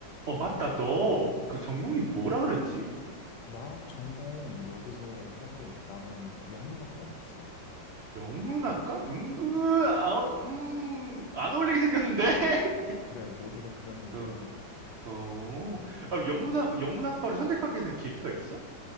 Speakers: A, on the right; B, on the left.
A: 어, 맞다. 너 그 전공이 뭐라 그랬지?
B: 나 전공 여기서 사실 나는 영문학과 나왔어.
A: 영문학과? 은근, 아, 음, 안 어울리게 생겼는데? <laughs>
B: 그래, 모두가 그런 얘기해.
A: 어, 어. 아, 영문학, 영문학과를 선택하게 된 계기가 있어?